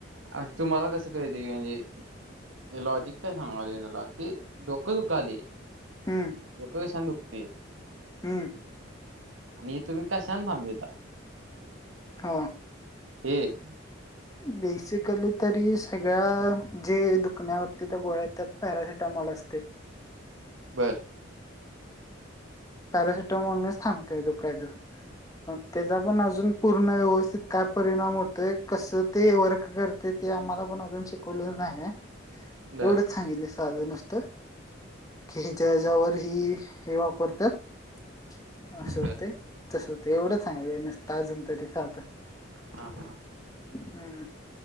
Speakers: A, on the right; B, on the left.
A: अ तुम्हाला कसं काही ते म्हणजे लॉजिक काय सांगणार त्याला हेी डोकं दुखाली
B: हम्म
A: डोकं कशाान दुखते
B: हम्म
A: आणि तुम्ही कशांन थांब दात
B: हा
A: एक
B: बेसिकली तरी सगळ्या जे दुखण्यावरती त्या गोळ्या येतात पॅरासिटामॉोल बस्ते
A: बर
B: पॅरासिटमोलनेच थांबते दुकायच प त्याचा पण अजून पूर्ण व्यवस्थित काय परिणाम होतोय कसं ते वर्क करते ते आम्हाला पण अजून शिकवलेलं नाही
A: बर
B: एवढंच सांगितले साध नसत क जच्यावर ह हे वापरतात असं होते
A: बर
B: तस होते एवढच सांग न ताजन तरी साधं
A: हा हा
B: हम्म